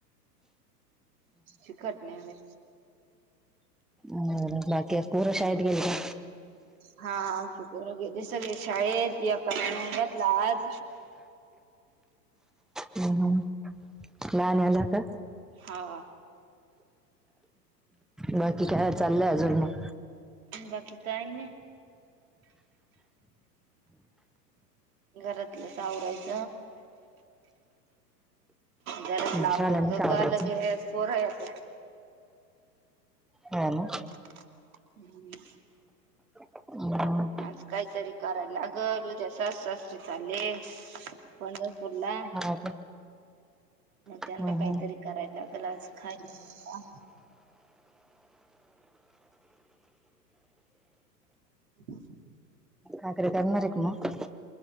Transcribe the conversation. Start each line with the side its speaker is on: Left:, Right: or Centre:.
Right: चिकट नाही म <unintelligible>
Centre: हो बाकी पोर शाळेत गेल का.
Right: हा आमची पोरं गेले सगळे शाळेत एकाला नेऊन घातला आज.
Centre: हव <unintelligible> हम नाहीनला का.
Right: हा.
Centre: बाकी काय चाललंय अजून मग.
Right: बाकी काही नाही. घरातलंच आवरायच. घरातला
Centre: मग झालं
Right: उरूस
Centre: ना
Right: तोपर्यंत
Centre: का आवरायचं
Right: पोर येत.
Centre: ह. ना
Right: हम्म
Centre: हम्
Right: आज काहीतरी करायला लागल उद्या सास सासे चाले. पंढरपूरलाग
Centre: हा का
Right: त्यांना
Centre: ह
Right: काहीतरी.
Centre: ह
Right: करायला लागल आज खायला. हम्
Centre: का क मर एक म <unintelligible>